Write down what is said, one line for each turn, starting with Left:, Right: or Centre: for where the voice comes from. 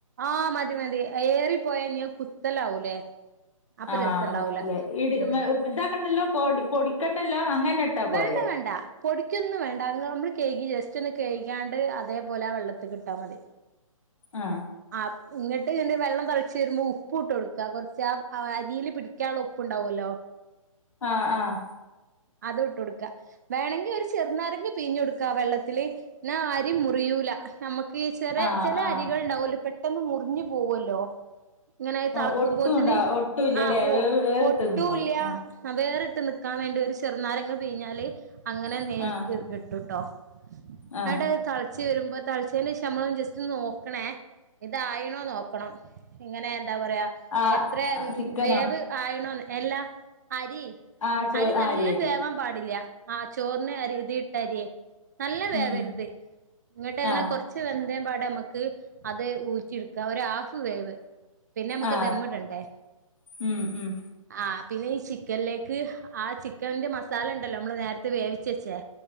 Right: ആഹ് മതി മതി ഏറിപ്പോയാഞ്ഞ് അത് കുത്തലാവൂലേ? അപ്പൊ
Left: ആ
Right: രസണ്ടാവൂല
Left: കുത്തല്ലേ ഇ
Right: ഉം
Left: ഇതാക്കണ്ടല്ലോ പൊടി പൊടിക്കണ്ടല്ലോ അങ്ങനെ ഇട്ടാ പോരെ
Right: വേണ്ട വേണ്ട പൊടിക്കൊന്നും വേണ്ട അ നമ്മള് കഴികി ജസ്റ്റ് ഒന്ന് കഴികാണ്ട് അതേപോലെ വെള്ളത്തികിട്ടാൽ മതി.
Left: ആ
Right: ആഹ് ഇങ്ങട്ട്ന്നെ വെള്ളം തളച്ച് വരുമ്പോ ഉപ്പ് ഇട്ട്ട്ടോട്ക്ക കൊറച്ച് അരീല് പിടി ക്കള ഉപ്പ് ഉണ്ടാവുമല്ലോ
Left: ആഹ് ആഹ്
Right: അത് ഇട്ടോടുക്ക വേണമെങ്കി ഒരു ചെറുനാരങ്ങി പിഴിഞ്ഞൊടുക്കാ വെള്ളത്തില് ന്നാ അരി മുറിയൂല നമ്മക്ക് ചെറ
Left: ആ
Right: ചെല
Left: ആ
Right: അരികൾ ഉണ്ടാവല്ലോ പെട്ടെന്ന് മുറിഞ്ഞു പോവല്ലോ ഇങ്ങനൊയി
Left: ആ
Right: തളക്കുമ്പോത്തിന്
Left: ഒട്ടും ഉണ്ടാ ഒട്ടുംല്ലല്ലേ
Right: ആ ഓ
Left: വേവ് വേറിട്ട്
Right: ഒട്ടുംഇല്ല
Left: നിന്നോളും
Right: ആഹ് വേറിട്ട് നിക്കാൻ വേണ്ടി ഒര് ചെറ്നാരങ്ങ പീഞ്ഞാല് അങ്ങനെ
Left: ആ
Right: നേര്ക്ക് കിട്ടുട്ടോ
Left: ആ
Right: ന്നട്ട് ച് വരുമ്പോ തളച്ചേന്റെ ശേഷം നമ്മള ജസ്റ്റ് നോക്കണേ ഇതായിണോ നോക്കണം ഇങ്ങനെ എന്താ പറയാ
Left: ആ
Right: എത്ര
Left: ആ ചിക്കനോ
Right: വേവ് ആയിണോ എല്ലാ അരി
Left: ആഹ ചോ
Right: അരി നല്ല
Left: അരിയ
Right: വേവാൻ പാടില്ല ആ ചോറിന് അരിതിട്ടരിയ നല്ല വേവരുത്
Left: ഉം
Right: ഇങ്ങട്ട് അങ്ങന
Left: ആ
Right: കുറച്ച് വെന്തേ പാട നമുക്ക് അത് ഊറ്റി എടുക്കാം. ഒരു ഹാഫ് വേവ് പിന്നെ നമ്മുക്ക്
Left: ആ
Right: ദമ്മ്മിടണ്ടേ
Left: ഉം ഉം
Right: ആഹ് പിന്നെ ഈ ചിക്കനിലേക്ക് ആ ചിക്കന്റെ മസാല ഉണ്ടല്ലോ നമ്മള് നേരത്തെ വേവിച്ച വെച്ചേ